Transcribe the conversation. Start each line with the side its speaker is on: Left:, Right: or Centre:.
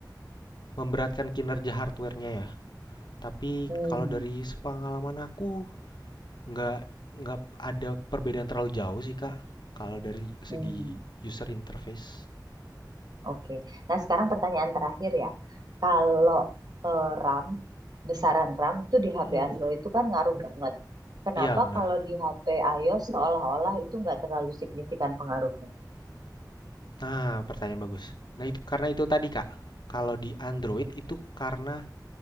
Left: memberatkan kinerja hardware-nya ya tapi
Right: Hmm,
Left: kalau dari sepengalaman aku nggak nggak ada perbedaan terlalu jauh sih kak kalau dari
Right: hmm,
Left: segi user interface
Right: Oke. Nah, sekarang pertanyaan terakhir ya. Kalau eh, RAM, besaran RAM itu di HP
Left: Mm-mm.
Right: Android itu kan ngaruh banget. Kenapa
Left: iya benar
Right: kalau di HP iOS seolah-olah itu nggak terlalu signifikan pengaruhnya?
Left: nah pertanyaan bagus nah itu karena itu tadi kak kalau di Android itu karena